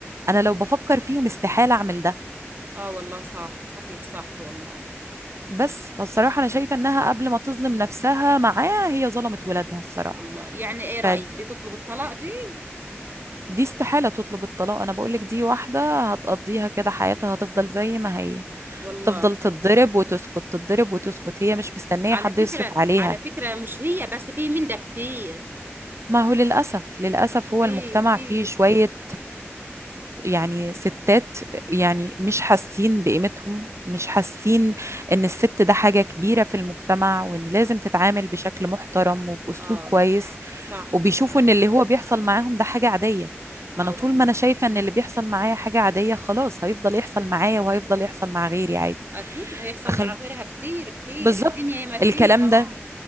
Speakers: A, on the right; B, on the right.
A: أنا لو بفكر فيهم استحالة أعمل ده
B: اه والله صح حكيك صح والله
A: بس فالصراحة أنا شايفة إنها قبل ما تظلم نفسها معاه هي ظلمت ولادها الصراحة
B: والله يعني ايه رأيك
A: فدي
B: دي تطلب الطلاق دي
A: استحالة تطلب الطلاق أنا بقولك دي واحدة هتقضيها كده حياتها هتفضل زي ما هي
B: والله
A: هتفضل تتضرب وتسكت تتضرب وتسكت هي مش مستنية
B: على
A: حد
B: فكرة
A: يصرف عليها
B: على فكرة مش هي بس في من ده كتير
A: ما هو للأسف للأسف هو
B: في
A: المجتمع
B: في
A: فيه شوية يعني ستات يعني مش حاسين بقيمتهم مش حاسين ان الست ده حاجة كبيرة في المجتمع وان لازم تتعامل بشكل محترم وبأسلوب
B: اه
A: كويس
B: صح
A: وبيشوفوا ان اللي هو بيحصل معاهم ده حاجة عادية
B: اه
A: ما انا طول
B: والله
A: ما انا شايفة ان اللي بيحصل معايا حاجة عادية خلاص هيفضل يحصل معايا وهيفضل يحصل مع غيري عادي
B: اكيد هيحصل
A: تخيل
B: مع غيرها كتير كتير
A: بالظبط
B: الدنيا ما فيها
A: الكلام
B: اه
A: ده